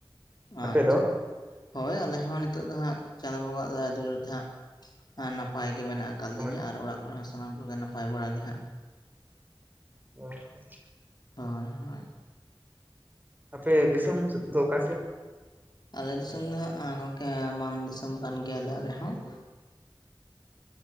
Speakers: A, on the right; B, on the left.
A: ᱟᱯᱮ
B: ᱟᱪᱪᱷᱟ
A: ᱫᱚ
B: ᱾ <inaudible> ᱦᱳᱭ ᱟᱞᱮᱦᱚᱸ ᱱᱤᱛᱚᱜ ᱫᱚ ᱦᱟᱸᱜ ᱪᱟᱸᱫᱳ ᱵᱚᱸᱜᱟ ᱟᱜ ᱫᱩᱞᱟᱹᱲ ᱛᱮ ᱦᱟᱸᱜ <inaudible> ᱮᱸ ᱱᱟᱯᱟᱭ ᱜᱮ ᱢᱮᱱᱟᱜ ᱟᱠᱟᱜᱞᱤᱧᱟ
A: ᱦᱳᱭ
B: ᱟᱨ ᱚᱲᱟᱜ ᱠᱚᱨᱮ ᱦᱚᱸ ᱥᱟᱱᱟᱢ ᱠᱚᱜᱮ ᱱᱟᱯᱟᱭ ᱵᱟᱲᱟ ᱜᱮ ᱦᱟᱸᱜ
A: <unintelligible>
B: ᱦᱳᱭ ᱦᱳᱭ ᱾
A: ᱟᱯᱮ ᱫᱤᱥᱚᱢ ᱥᱮᱫ ᱫᱚ ᱚᱠᱟ ᱥᱮᱫ?
B: ᱟᱞᱮ ᱫᱤᱥᱚᱢ ᱫᱚ ᱦᱟᱸᱜ ᱜᱚᱢᱠᱮ ᱢᱟᱱ ᱫᱤᱥᱚᱢ ᱠᱟᱱ ᱜᱮᱭᱟ ᱞᱮ ᱟᱞᱮᱦᱚᱸ ᱾